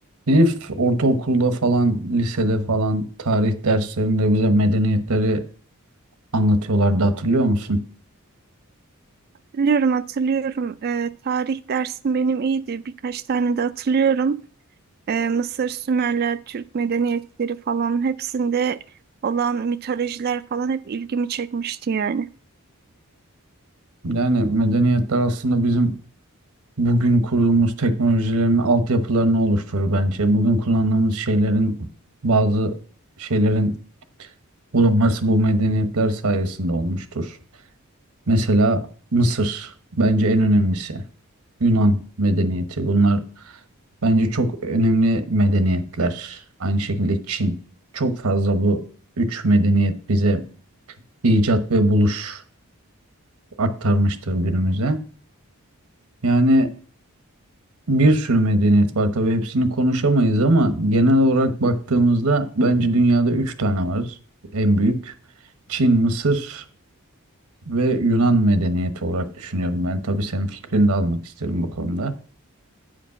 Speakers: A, on the right; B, on the right.
A: Benim f- ortaokulda falan, lisede falan tarih derslerinde bize medeniyetleri anlatıyorlardı hatırlıyor musun?
B: Hatırlıyorum, hatırlıyorum. Ee, tarih dersim benim iyiydi. Birkaç tane de hatırlıyorum. Ee, Mısır, Sümerler, Türk medeniyetleri falan hepsinde olan mitolojiler falan hep ilgimi çekmişti yani.
A: Yani medeniyetler aslında bizim bugün kurduğumuz teknolojilerin altyapılarını oluşturur bence. Bugün kullandığımız şeylerin bazı şeylerin bulunması bu medeniyetler sayesinde olmuştur. Mesela Mısır bence en önemlisi. Yunan medeniyeti. Bunlar bence çok önemli medeniyetler. Aynı şekilde Çin. Çok fazla bu üç medeniyet bize icat ve buluş aktarmıştır günümüze. Yani bir sürü medeniyet var. Tabii hepsini konuşamayız ama genel olarak baktığımızda bence dünyada üç tane var en büyük. Çin, Mısır ve Yunan medeniyeti olarak düşünüyorum ben. Tabii senin fikrini de almak isterim bu konuda.